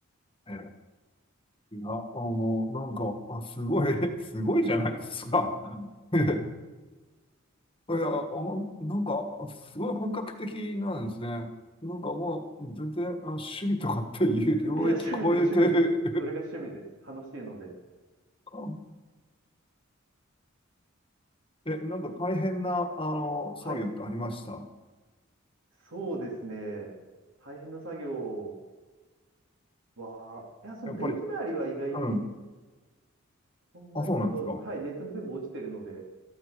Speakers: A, on the left; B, on the right.
A: え、いや、あの、なんか、あ、すごい、<laughs> すごいじゃないですか。<laughs> いや、あ、なんか、すごい本格的なんですね。なんかもう、全然、あ、趣味とかっていう領域超えて、
B: いや、趣味です、趣味です。
A: <laughs>
B: それが趣味です。楽しいので。
A: あえ、なんか大変な、あの、
B: はい。
A: 作業ってありました。
B: そうですね。大変な作業は、いや、その電気周りは意外に、
A: やっぱり、うん。
B: そんなにその、
A: あ、そうなんですか。
B: はい、ネットに全部落ちてるので、